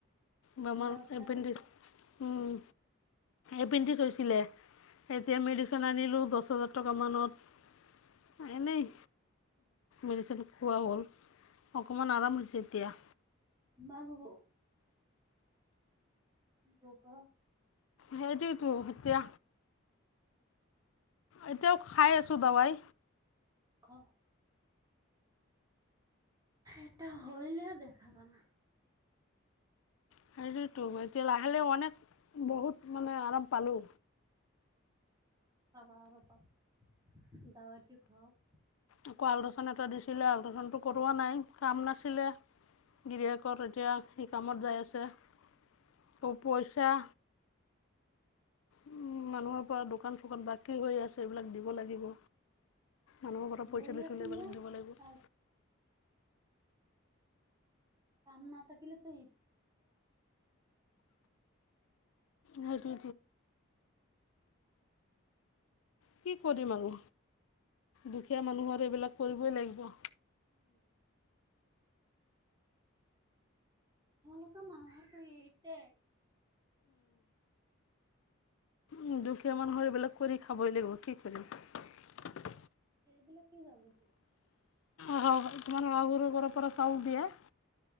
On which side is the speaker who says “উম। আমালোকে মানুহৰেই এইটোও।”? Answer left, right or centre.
Right